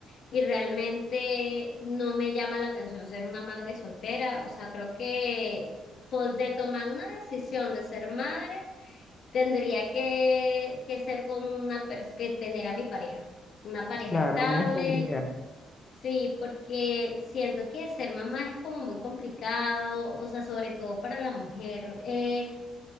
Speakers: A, on the left; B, on the left.
A: Y realmente no me llama la atención ser una madre soltera. O sea, creo que pues, de tomar una decisión de ser madre Tendría que, que ser con una persona, que tener a mi pareja, una pareja
B: Claro,
A: estable,
B: una estabilidad.
A: sí, porque siento que ser mamá es como muy complicado, o sea, sobre todo para la mujer. eh,